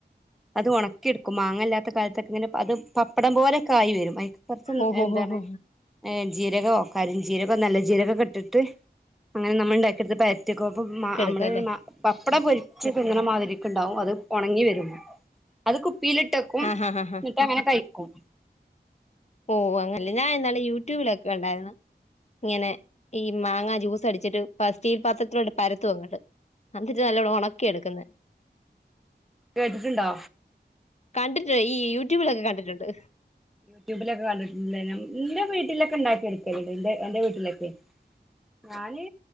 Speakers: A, in the centre; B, on the left (about 40°).
A: അത് ഉണക്കിയെടുക്കും മാങ്ങ ഇല്ലാത്ത കാലത്തൊക്കെ ഇങ്ങനെ അത് പപ്പടം പോലെ ക്കായി വരും അയിക്ക് കുറച്ചും
B: ഓഹോ
A: എന്താ
B: ഹോ
A: ണെ
B: ഹോ
A: ഏ എൻ ജീരകോ കരിഞ്ജീരകോ നല്ല ജീരകോക്കെട്ടിട്ട് അങ്ങനെ നമ്മൾ ഉണ്ടാക്കിയെടുത്ത് <unintelligible> ഒത്തിക്കപ്പം
B: കെടുക്കല്ലേ
A: നമ്മള ഒരു പപ്പട പൊരി <unintelligible> പിങ്ങണെ മാതിരിക്ക ഉണ്ടാവും അത് ഉണങ്ങി വരുമ്പ അത് കുപ്പീലിട്ട് വക്കും
B: ആ ആ ആ ആ
A: എന്നിട്ടങ്ങനെ കയിക്കും <unintelligible>
B: ഓ അങ്ങനെ ഞാൻ ഇന്നലെ യൂട്യൂബിലൊക്കെ കണ്ടായിരുന്നു <unintelligible> മാങ്ങ ജ്യൂസ് അടിച്ചിട്ട് ഇപ്പ സ്റ്റീൽ പാത്രത്തിലോട്ട് പരത്തും അങ്ങട്ട് എന്നിട്ട് നല്ല ഉണക്കി എടുക്കുന്ന
A: കേട്ടിട്ടുണ്ടോ
B: കണ്ടിട്ട ഈ യൂട്യൂബിലൊക്കെ കണ്ടിട്ടുണ്ട്
A: യൂട്യൂബിലൊക്കെ കണ്ടിട്ട് നിന്റെ വീട്ടിലൊക്കെ ഉണ്ടാക്കി എടുക്കണ്ട് എന്റെ വീട്ടിലൊക്കെ ഞാന്